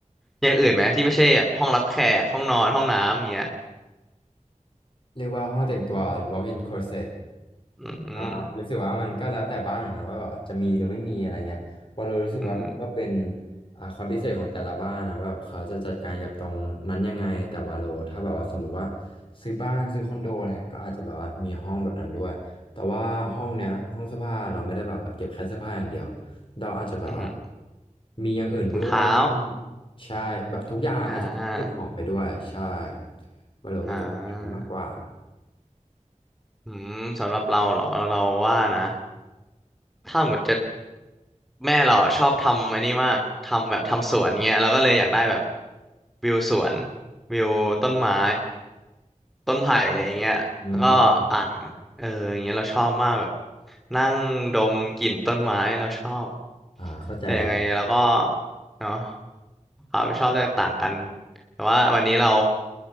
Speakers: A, in the centre; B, on the left.
A: อย่างอื่นไหมที่ไม่ใช่แบบห้องรับแขกห้องนอนห้องน้ำอย่างเงี้ย
B: เรียกว่าห้องแต่งตัว walk-in closet
A: อืม
B: ก็รู้สึกว่ามันก็แล้วแต่บ้านอะเนอะว่าแบบจะมีหรือไม่มีอะไรเงี้ยว่าเรารู้สึกว่ามันก็เป็น
A: อือหือ
B: อ่าความพิเศษของแต่ละบ้านนะว่าเขาจะจัดการกับตรงนั้นยังไงแต่ว่าโลถ้าแบบว่าสมมติว่าซื้อบ้านซื้อคอนโดเนี่ยก็อาจจะแบบว่ามีห้องแบบนั้นด้วยแต่ว่าห้องเนี้ยห้องเสื้อผ้าเราไม่ได้แบบว่าเก็บแค่เสื้อผ้าอย่างเดียวเราอาจจะแบบว่า
A: อือหือ
B: มีอย่างอื่นด้วยเช่น
A: ถุงเท้า
B: ใช่แบบทุกอย่างอาจจะเก็บของไปด้วยใช่
A: อ่า
B: ว่าเราก็จะเป็นแบบนั้นมากกว่า
A: อ่า อืมสำหรับเราเหรอเราว่านะถ้าหมดจะแม่เราอะชอบทำไอ้นี่มากทำแบบทำสวนเงี้ยเราก็เลยอยากได้แบบวิวสวนวิวต้นไม้ต้นไผ่อะไรเงี้ยแล้วก็อ่างเอออย่างเงี้ยเราชอบมากแบบ
B: อืม
A: นั่งดมกลิ่นต้นไม้เราชอบ
B: อ่าเข้าใจแล้ว
A: แต่ยังไงเราก็เนาะความชอบแตกต่างกันแต่ว่าวันนี้เรา